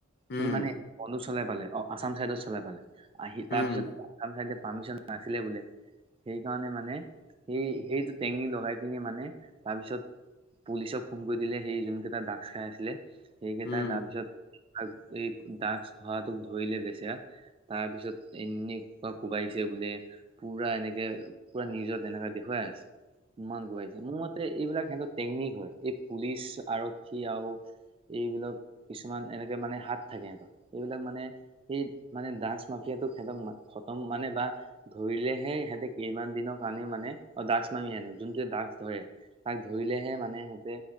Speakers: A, on the right (about 25°); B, on the left (about 55°).
A: সি
B: উম
A: মানে <unintelligible> চলাই পালে অ' আছাম চাইদত চলাই পালে আহ সি তাৰ
B: উম
A: পিছত আন চাইদে পাৰৰ্মিচন নাছিলে বোলে সেইকাৰণে মানে সেই সেইটো টেঙনি লগাই পিনে মানে তাৰপিছত পুলিচক ফোন কৰি দিলে, সেই যোনকেইটা ড্ৰাগছ খাই আছিলে, সেইকেইটাই
B: উম
A: তাৰপিছত এই ড্ৰাগছ ধৰাটোক ধৰিলে বেচেৰা। তাৰ পিছত এনেকুৱা কোবাইছে বোলে পোৰা এনেকে পোৰা নিজৰ তেনেকুৱা দেখুৱাই আছে ইমান খুৱাইছে, মোৰ মতে এইবিলাক সিহঁতক টেকনিক হয়, এই পুলিচ আৰক্ষী আৰু এইবিলাক কিছুমান এনেকে মানে হাত থাকে সিহঁতৰ এইবিলাক মানে সেই মানে ড্ৰাগছ মাফিয়াটো সিহঁতক খতম মানে বা ধৰিলেহে সিহঁতক কেইমান দিনক মানি মানে অ' ড্ৰাগছ মামি আনো যোনটোৱে ড্ৰাগছ ধৰে, তাক ধৰিলেহে মানে সিহঁতে